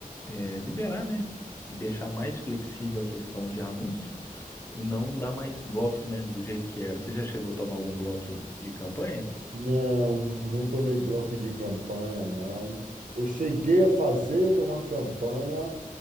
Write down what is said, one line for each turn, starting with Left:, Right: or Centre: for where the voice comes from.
Left: é, liberar, né? Deixar mais flexível a questão de anúncio e não dar mais bloco, né? Do jeito que era. Você já chegou a tomar algum bloco de campanha?
Right: Não, não tomei bloco de campanha, não. Eu cheguei a fazer uma campanha